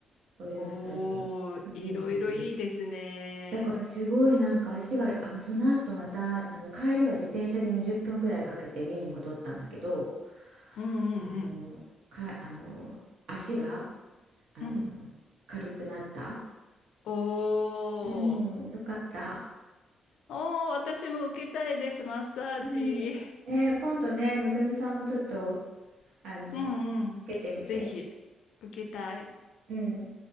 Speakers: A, on the right (about 75°); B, on the left (about 75°).
A: オイルマッサージも。
B: おー、
A: うんうんうんうん。
B: いろいろいいですね。
A: だからすごいなんか足が、あの、その後また、あの、帰りは自転車で20分ぐらいかけて家に戻ったんだけど、
B: うんうんうん。
A: あの、か、あの、足が、あの、
B: うん。
A: 軽くなった。
B: おー。
A: うん、よかった。
B: おー、私も受けたいです、マッサージ。
A: うん。ね、今度ね、のぞみさんもちょっと、あの、
B: うんうん。
A: 受けてみて。
B: ぜひ、受けたい。
A: うん。